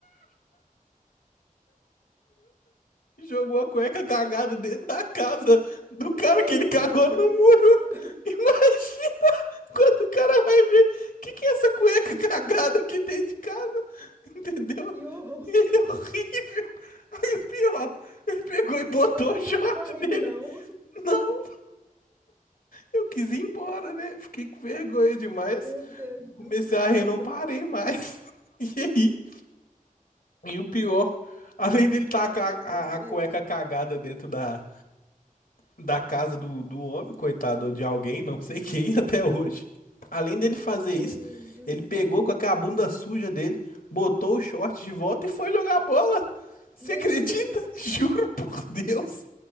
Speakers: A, on the left (about 90°); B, on the right (about 15°).
A: Jogou a cueca cagada dentro da casa do cara
B: Meu
A: que ele cagou
B: Deus
A: no
B: do
A: muro.
B: céu.
A: <laughs> Imagina! Quando o cara vai ver, que que é essa cueca cagada aqui dentro de casa? Entendeu?
B: Que horror.
A: E é horrível. Aí o pior, ele pegou e botou
B: Vocês
A: o short
B: saíram correndo,
A: dele.
B: não?
A: Não, eu quis ir embora, né? Fiquei com vergonha demais.
B: Meu Deus
A: Comecei
B: do céu.
A: a rir, não parei mais. <laughs> E aí? E o pior, além dele tacar
B: Ai,
A: a,
B: meu
A: a
B: Deus.
A: cueca cagada dentro da, da casa do, do homem, coitado, ou de alguém, não sei quem <laughs> até hoje. Além dele
B: Meu
A: fazer
B: Deus
A: isso,
B: do
A: ele
B: céu.
A: pegou com aquela bunda suja dele, botou o short de volta e foi jogar bola. Você
B: Meu
A: acredita?
B: Deus.
A: <laughs> Juro por Deus.